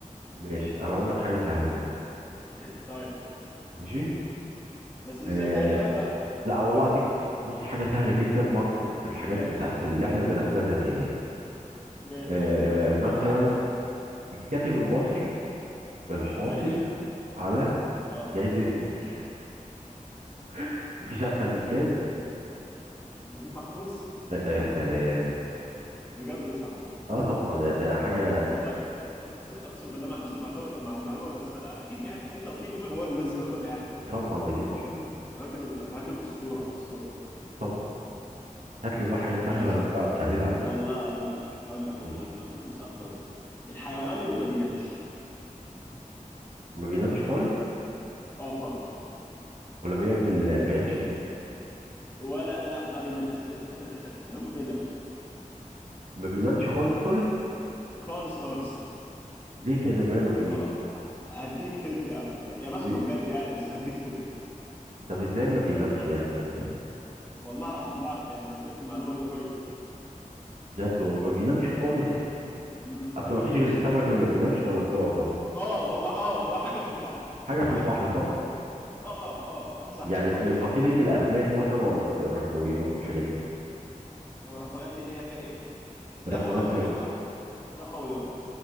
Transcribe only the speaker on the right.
ماشي انا اقول لك حاجه سهله برضه
ماشي
آه
لا والله اديك س- بص حاجه سهله جدا برضه في الحاجات
بتاعت اللي احنا درسناها زمان يعني
آه
مثلا
الكاتب المصري الحاصل
على
جائزه نوبل <laughs> مفيش اسهل من كده
آه آه، سلام
اه طبعا ده ده حاجه
طبعا نجيب محفوظ
طبعا هات لي بقى حاجه
سهله انا بقى بسهلها عليك
ماشي
ما بينامش خالص
ولا بيعمل آه، بيات شتوي
ما بينامش خالص خالص
ليه كده ماله في ايه
إيه؟
طب ازاي ما بينامش
يعني بجد
بجد والله ما بينامش خالص
اصل
ما فيش غير السمك اللي ما بينامش ولا بيقعد برضه
حاجه في
البحر صح
يعني
من
فصيله الاسماك مثلا ولا الرخويات والحاجات دي
الرخويات
زي